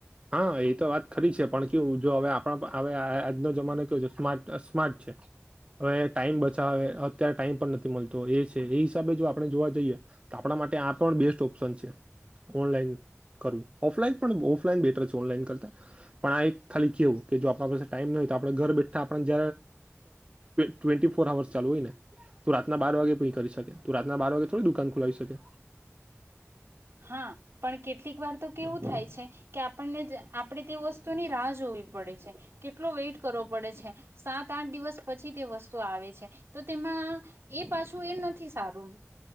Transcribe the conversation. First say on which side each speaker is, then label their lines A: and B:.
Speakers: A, on the right (about 25°); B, on the right (about 55°).
A: હા એ તો વાત ખરી છે પણ કેવું જો હવે આપણા હવે આજનો જમાનો કેયો છે સ્માર્ટ સ્માર્ટ છે. હવે ટાઈમ બ અચ્છા હવે અત્યારે ટાઈમ પણ નથી મળતો એ છે એ હિસાબે જો આપણે જોવા જઈએ તો આપણા માટે આ પણ બેસ્ટ ઓ ઓપ્શન છે. ઓનલાઇન ઓફલાઈન પણ ઓફલાન ઓનલાઇન કરતા પણ આ એક ખાલી કેવું કે જો આપણા પાસે ટાઈમ હોય તો આપ ઘર બેઠા જ ટ્વેન્ટી ફોર અવર્સ ચાલુ હોય ને તો રાતના બાર વાગે પણ કરી શકે ત રાતના બાર વાગે થોડી દુકાન ખોલાવી શકે.
B: હા પણ કેટલીક વાર તો કેવું થાય છે કે આપણને આપણે તે વસ્તુની રાહ જો જોવી પડે છે. કેટલો વેટ કરવો પડે છે સાત આઠ દિવસ પછી તે વસ્તુ આવે છે તો એ પાછું એ નથી સારું